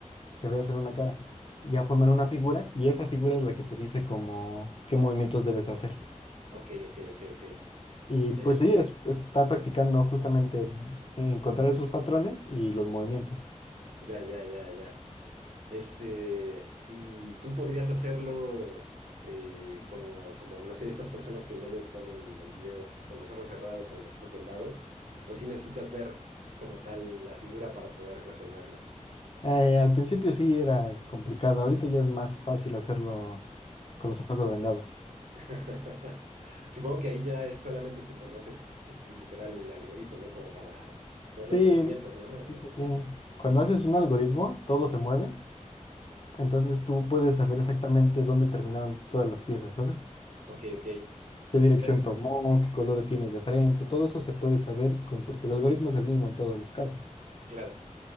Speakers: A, on the left (about 45°); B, on the right (about 80°).
A: que veas hacer una cara. Ya forman
B: O-
A: una figura y esa figura es la que te dice como qué movimientos debes hacer.
B: ok, ok, ok, ok.
A: Y pues
B: Eh,
A: sí, es, es estar practicando justamente encontrar esos patrones y los movimientos.
B: ya, ya, ya, ya. Este, y tú podrías hacerlo eh, como, como, no sé, estas personas que luego ponen en videos con los ojos cerrados o los ojos vendados, o si necesitas ver como tal la figura para poder resolverlo.
A: Eh, al principio sí era complicado, ahorita ya es más fácil hacerlo con los ojos vendados.
B: <laughs> Supongo que ahí ya es solamente te conoces, pues literal, el algoritmo, ¿no? Como para ver
A: Sí,
B: los movimientos, ¿no?
A: sí,
B: O-
A: sí, sí. Cuando haces un algoritmo, todo se mueve, entonces tú puedes saber exactamente dónde terminaron todas las piezas, ¿sabes?
B: Ok, ok.
A: qué dirección
B: Pe-
A: tomó, qué color tienes de frente, todo eso se puede saber con- porque el algoritmo es el mismo en todos los casos.
B: claro.